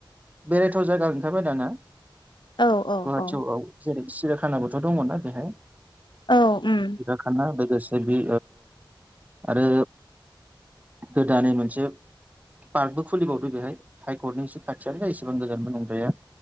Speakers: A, on the right; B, on the left.
A: बेरायथाव जायगा ओंखारबाय दाना
B: औ औ
A: गुवाहाटियाव
B: औ।
A: जेरै सिरिखानाबोथ' दङना बेहाय।
B: औ उम
A: सिरियाखाना लोगोसे ओ बे आरो गो दानै मोनसे पार्कबो खुलिबावदो बेहाय हाइकर्टनि एसे खाथिया एसेबां गोजानबो नंद्राया।